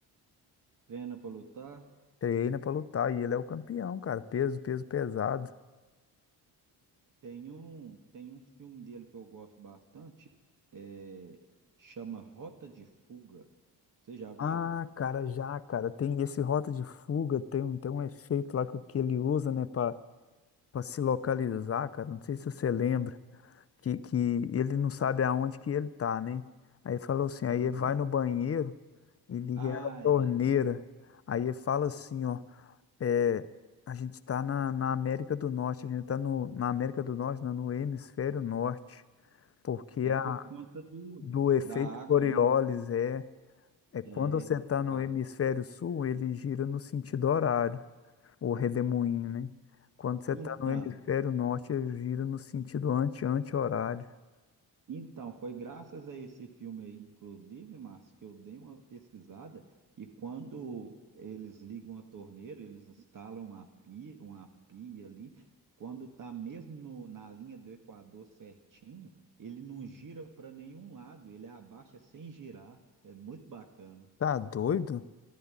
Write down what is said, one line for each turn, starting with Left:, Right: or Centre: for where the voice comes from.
Right: Treina pra lutar.
Left: Treina pra lutar e ele é o campeão, cara. Peso, peso pesado.
Right: Tem um, tem uns filmes dele que eu gosto bastante, é, chama Rota de Fuga. Você já viu?
Left: Ah, cara, já, cara, tem esse rota de fuga, tem, um- tem um efeito lá que, que ele usa, né, pra, pra se localizar, cara, não sei se você lembra, que, que ele não sabe aonde que ele tá, né? Aí falou assim,
Right: Aham.
Left: aí vai no banheiro e liga
Right: Ah,
Left: a torneira,
Right: é verdade.
Left: aí fala assim, ó, É, a gente está na, na América do Norte, a gente está no, na América do Norte, não, no hemisfério norte, porque
Right: É
Left: a,
Right: por conta do,
Left: do efeito
Right: da água,
Left: Coriolis
Right: né?
Left: é, é quando
Right: É,
Left: você está
Right: da...
Left: no hemisfério sul, ele gira no sentido horário, o redemoinho, né? Quando você
Right: Então,
Left: está no hemisfério norte, ele gira no sentido anti-anti-horário.
Right: Então, foi graças a esse filme aí, inclusive, Márcio, que eu dei uma pesquisada e quando eles ligam a torneira, eles instalam uma pia, uma pia ali, quando está mesmo no- na linha do Equador certinho, ele não gira para nenhum lado, ele abaixa sem girar. É muito bacana.
Left: Tá doido?